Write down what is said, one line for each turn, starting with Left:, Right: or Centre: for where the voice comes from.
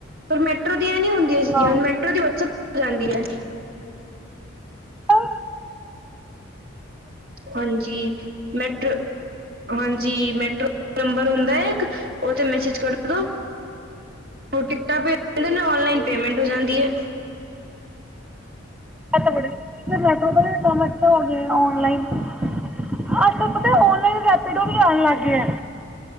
Right: ਪਰ ਮੈਟਰੋ ਦੀਆਂ ਨੀ ਹੁੰਦੀਆਂ ਸੀਗੀਆ,
Centre: ਹਾਂ
Right: ਹੁਣ ਮੈਟਰੋ ਦੀ ਵਟਸਪ ਹੋ ਜਾਂਦੀ ਹੈ।
Centre: ਆ <inaudible>
Right: ਹਾਂਜੀ, ਮੈਟਰ ਹਾਂਜੀ, ਮੈਟਰੋ ਨੰਬਰ ਹੁੰਦਾ ਹੈ ਇੱਕ, ਉਹਦੇ ਤੇ ਮੈਸੇਜ ਕਰ ਦਿਉ ਉਹ ਟਿਕਟਾਂ ਪੇਜ ਦੇੰਦੇ ਨੇ, ਔਨਲਾਈਨ ਪੇਮੈਂਟ ਹੋ ਜਾਂਦੀ ਹੈ।
Centre: ਬੜ ਮੈ ਕੰਮ ਅੱਛਾ ਹੋ ਗਿਆ, ਔਨਲਾਈਨ। <unintelligible> ਅੱਜਕੱਲ ਪਤਾ, ਓਨਲਾਈਨ ਰੈਪੀਡੋ ਵੀ ਆਉਣ ਲੱਗ ਗੀਆਏ।